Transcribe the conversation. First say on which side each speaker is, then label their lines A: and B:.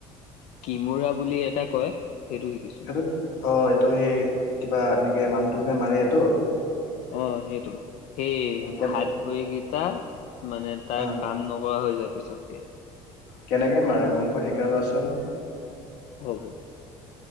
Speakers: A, on the left; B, on the left.
A: কিমোৰা বুলি এটা কয়, সেইটো শিকিছো।
B: এইটো অ', এইটো সেই কিবা, এনেকে মানুহটোক যে মাৰে সেইটো?
A: অ', সেইটো, সেই
B: অ কে
A: হাত ভৰি কেইটা মানে তাৰ
B: অ
A: কাম নকৰা হৈ যায় পিছত।
B: কেনেকে মাৰে মোকো শিকাবাচোন।
A: হ'ব।